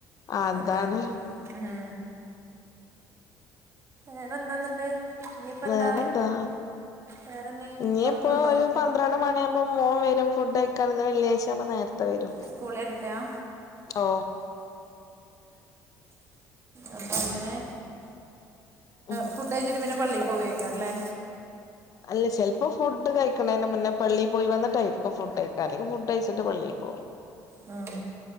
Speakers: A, on the left; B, on the right.
A: അതാണ്
B: അതായിത് മ് വേറെന്താ എന്നിട്ട് ഇനിയിപ്പോ
A: വേറെന്താ
B: എന്താ വേറെന്തേ
A: ഇനി
B: വർക്കുണ്ടോ
A: ഇപ്പോ ഒരു പത്ര മണിയ ആമ്പൾ മോ വരും ഫഡ്യക്കണ വള്ളാഴ്ചകള നേരത്തെ വരും
B: സ്കൂള എടുത്തയാ
A: ഓ
B: ആഅത അങ്ങനെ
A: ഉം
B: ഫുഡ് കഴിച്ചിട്ട് പിന്നെ പള്ളി പോവേക്കാറല്ലേ
A: അല്ല ചിലപ്പോ ഫുഡ് കഴിക്കണേന് മുന്നേ പള്ളിൽ പോയി വന്നിട്ടായിരിക്കും ഫുഡ് കയക്കാം അല്ലെങ്ക ഫുഡ് കയിച്ചിട്ട് പള്ളിയിൽ പോകും
B: മ്